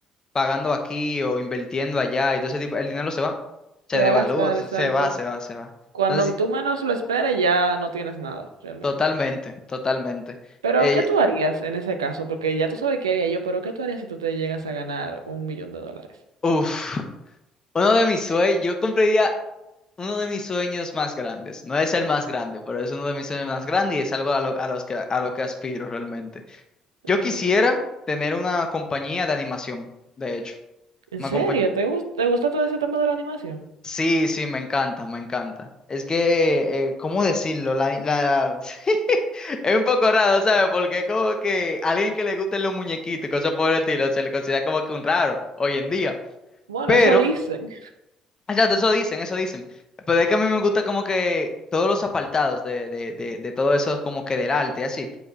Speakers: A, on the left; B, on the right.
A: pagando aquí o invirtiendo allá y todo ese tipo, el dinero se va, se
B: Se
A: devalúa,
B: va a gastar,
A: se,
B: exacto.
A: se va, se va, se va.
B: Cuando
A: Entonces,
B: tú
A: sí,
B: menos lo esperes, ya no tienes nada, realmente.
A: totalmente, totalmente.
B: Pero,
A: Eh,
B: ¿qué tú harías en ese caso? Porque ya tú sabes qué haría yo, pero ¿qué tú harías si tú te llegas a ganar un millón de dólares?
A: uf. Uno de mis sueños, yo cumpliría Uno de mis sueños más grandes, no es el más grande, pero es uno de mis sueños más grandes y es algo a lo, a los que, a lo que aspiro realmente.
B: Ok.
A: Yo quisiera tener una compañía de animación, de hecho.
B: ¿En
A: Una
B: serio?
A: compañía.
B: ¿Te gusta, te gusta todo ese tema de la animación?
A: Sí, sí, me encanta, me encanta. Es que, eh, ¿cómo decirlo? La, la... <laughs> Es un poco raro, ¿sabes? Porque es como que alguien que le gusten los muñequitos y cosas por el estilo se le considera como que un raro hoy en día.
B: Bueno,
A: Pero
B: eso dicen.
A: Exacto, eso dicen, eso dicen. Pero es que a mí me gusta como que todos los apartados de, de, de, de todo eso, como que del arte, así.